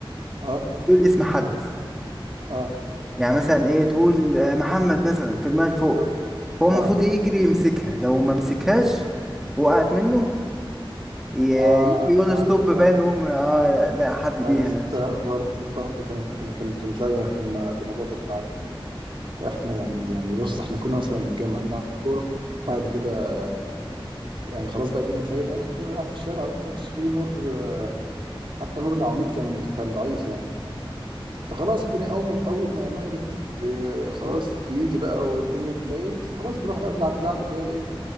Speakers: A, on the right; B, in the centre.
A: اه
B: وتقول اسم حد
A: اه
B: يعني مثلا ايه تقول آه، محمد مثلا ترميها لفوق
A: اه
B: هو المفروض
A: اه
B: يجري يمسكها لو ما مسكهاش وقعت منه ي-
A: اه
B: يقول
A: عرفتها
B: له ستوب باين ويقوم اه لا حد
A: عرفتها
B: بيها
A: برضه برضه كانت كانت كانت كانت لعبة كنا كنا برضه بنلعبها احنا يعني يعني بص احنا كنا مثلا نتجمع نلعب الكورة بعد كده يعني خلاص بقى الدنيا تلاقي لان احنا كنا بنلعب في الشارع بقى ما كانش فيه نور آه، حتى نور العواميد كان كان ضعيف يعني فخلاص الدنيا اول ما اول ما المغرب آه، خلاص بيجي بقى والدنيا بتليل فخلاص بنروح بقى نلعب اللعب اللي هي الايه